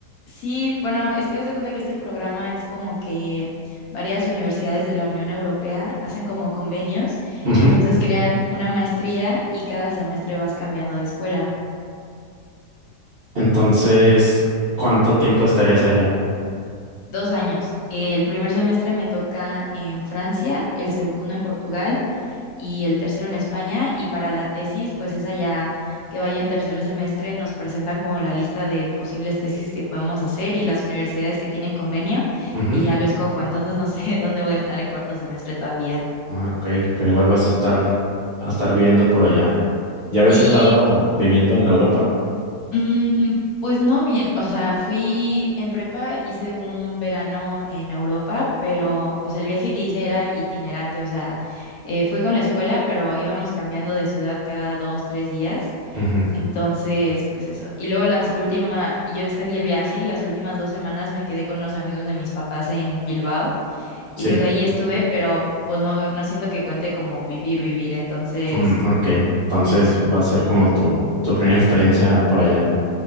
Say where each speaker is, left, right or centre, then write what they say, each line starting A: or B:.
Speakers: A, on the left; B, on the right.
A: sí, bueno, es que haz de cuenta que este programa es como que varias universidades de la Unión Europea hacen como convenios,
B: Ujú.
A: entonces crean una maestría y cada semestre vas cambiando de escuela.
B: Entonces, ¿cuánto tiempo estarías allá?
A: Dos años. El primer semestre me toca en Francia, el segundo en Portugal y el tercero en España. Y para la tesis, pues esa ya que vaya en tercer semestre, nos presentan como la lista de posibles tesis que podemos hacer y las universidades que tienen convenio
B: Ujú.
A: y ya lo escojo. Entonces no sé <laughs> dónde voy a estar en cuarto semestre todavía.
B: Ah, Ok, pero igual vas a estar, a estar viviendo por allá. ¿Ya habías
A: Sí,
B: estado viviendo en Europa?
A: mm, pues no bien, o sea, fui en prepa, hice un verano en Europa, pero, o sea, el viaje que hice era itinerante, o sea, eh, fui con la escuela, pero íbamos cambiando de ciudad cada dos, tres días.
B: Ujú.
A: Entonces, pues eso. Y luego las últimas, yo extendí el viaje y las últimas dos semanas me quedé con unos amigos de mis papás en Bilbao
B: Sí.
A: y pues ahí estuve, pero pues no, no siento que cuente como vivir, vivir. Entonces,
B: Mm, ok, entonces va a ser como tu, tu primera experiencia por allá.